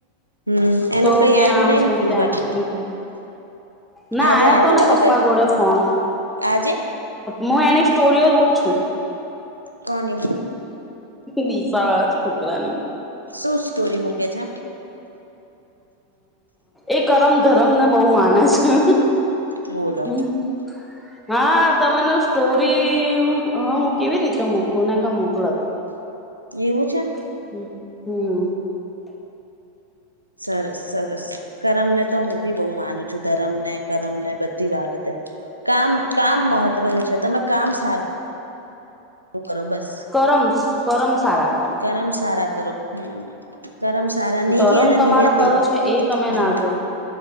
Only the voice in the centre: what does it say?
તો
કે
આમ
છેમ
તેમ છે બેું ના
આવ્યો
તો ને
પપ્પા
જોડે ફોન
હું એની સ્ટોરીઓ કુ છું
વિસા છુકરાની
એ કરમ ધરમ ને બહુ માને છે.
હમ હા તમા સ્ટોરી હ હું કેવી રીતે મોકલું ને ક મોકલાત
હ હમ
કરમ કરમ સારા કરો
ધરમ
તમારો
કયો છે એ તમે
ના જો